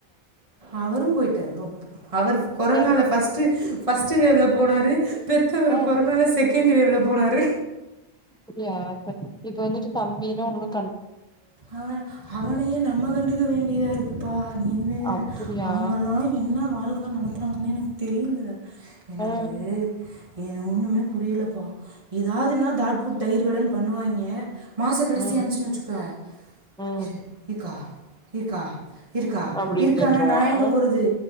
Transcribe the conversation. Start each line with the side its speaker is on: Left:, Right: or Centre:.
Right: அவரு போயிட்டாரு போ அவர் கொரோனால
Centre: ஏ
Right: ஃபர்ஸ்ட் ஃபர்ஸ்ட் வேவுல போனாரு பெத்தவரு
Centre: ஆ
Right: கொரோனால செகண்ட் வேவ்ல போனாரு
Centre: அப்டியா இப்ப இப்ப வந்துட்டு தம்பினா உன்னுட
Right: அவ அவனையே நம்ம கண்டுக்க வேண்டியதா இருக் குப்பா நீ வேற
Centre: அப்டியா
Right: அவங்கல்லா என்ன வாழ்க்க நடத்துறாங்கனே எனக்கு தெரில எனக்கு
Centre: ஆ
Right: இது ஒண்ணுமே புரியலப்பா எதாவதுன்னா தாட்புட் தயிர்வடேன் பண்ணுவாங்க மாச கடைசியாச்சுன்
Centre: ம்
Right: வெ ய்ங்க
Centre: ம்
Right: இர் இர்க்கா இருக்கா இருக்கா
Centre: அப்டின்னு
Right: இருக்கானா
Centre: கேட்ருவா
Right: நா எங்க
Centre: ஆ
Right: போறது